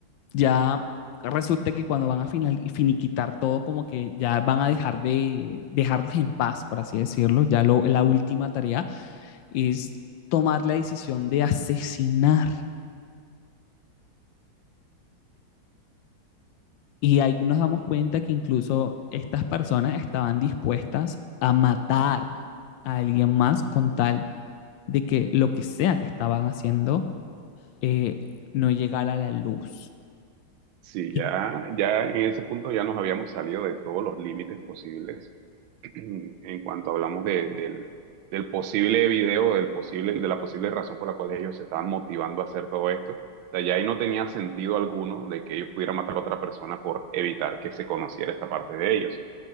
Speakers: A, on the left; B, on the right.
A: ya resulta que cuando van a final, finiquitar todo, como que ya van a dejar de dejarlos en paz, por así decirlo. Ya lo, la última tarea es tomar la decisión de asesinar. Y ahí nos damos cuenta que incluso estas personas estaban dispuestas a matar a alguien más con tal de que lo que sea que estaban haciendo eh, no llegara a la luz.
B: sí,
A: Y,
B: ya, ya en ese punto ya nos habíamos salido de todos los límites posibles. <clears throat> en cuanto hablamos de- del, del posible video, del posible, de la posible razón por la cual ellos se estaban motivando a hacer todo esto. O sea, ya ahí no tenía sentido alguno de que ellos pudieran matar a otra persona por evitar que se conociera esta parte de ellos.